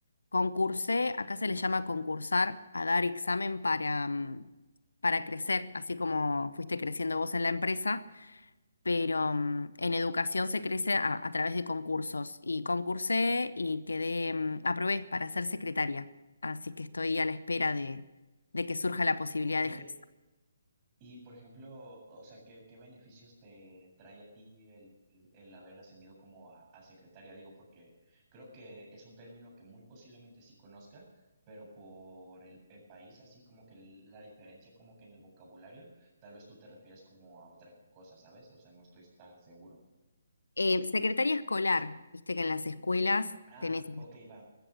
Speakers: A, on the left; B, on the right.
A: concursé, acá se le llama concursar, a dar examen para, mm, para crecer, así como fuiste creciendo vos en la empresa pero mm, en educación se crece a, a través de concursos y concursé y quedé, mm, aprobé para ser secretaria, así que estoy a la espera de, de que surja la posibilidad
B: ok.
A: de ejercer.
B: Y por ejemplo, o sea, ¿qué, qué beneficios te trae a ti el, el haber ascendido como a, a secretaria? Digo, porque creo que es un término que muy posiblemente sí conozca, pero por el, el país, así como que el- la diferencia como que en el vocabulario, tal vez tú te refieres como a otra cosa, ¿sabes? O sea, no estoy tan seguro.
A: Eh, secretaria escolar, viste que en las escuelas tenés,
B: Ah, ok, va.